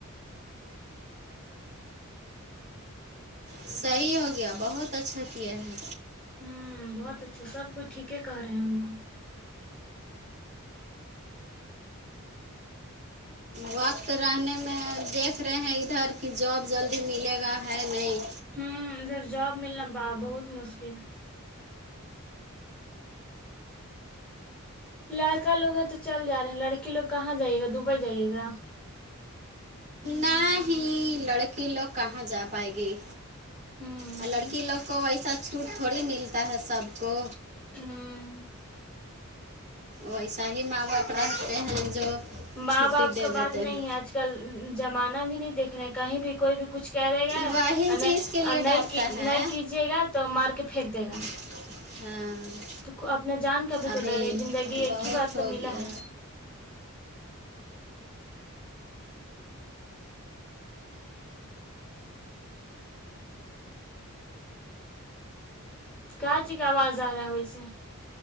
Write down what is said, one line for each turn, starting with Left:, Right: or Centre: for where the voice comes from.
Right: صحیح ہو گیا بہت اچھا کیا ہے
Centre: ہوں بہت اچھا سب کچ ٹھیک کہ رہے ہیں ان کو
Right: وقت رہنے میں دیکھ رہے ہیں ادھر کہ جاب جلدی ملے گا ہے نہیں
Centre: ہوں ادھر جاب ملنا بہت مشکل لڑکا لوگ ہیں تو چل جا رہے ہیں لڑکی لوگ کہاں جائیے گا دبئی جائیے گا
Right: نہیں لڑکی لوگ کہاں جا پائے گی
Centre: ہوں
Right: اور لڑکی لوگ کو ویسا چھوٹ تھوڑی ملتا ہے سب کو
Centre: ہاں
Right: ویسا ہی ماں باپ رہتے ہیں جو
Centre: ماں
Right: چھٹی
Centre: باپ
Right: دے
Centre: کا بات
Right: دیتے
Centre: نہیں
Right: ہیں
Centre: ہے آج کل زمانہ بھی نہیں دیکھ رہے کہیں بھی کوئی بھی کچھ کر دے گا
Right: واہی
Centre: اور نہیں
Right: چیز کے لیے ڈرتا
Centre: نہیں
Right: ہے
Centre: نہیں کیجیے گا تو مار کے پھینک دے گا
Right: ہاں
Centre: تو اپنا جان کب بھی
Right: ابھی
Centre: تو ڈر ہے زندگی ایک
Right: بہت
Centre: ہی بار تو
Right: ہو
Centre: ملا
Right: گیا
Centre: ہے کہاں جی کا آواز آ رہا ہے ویس سے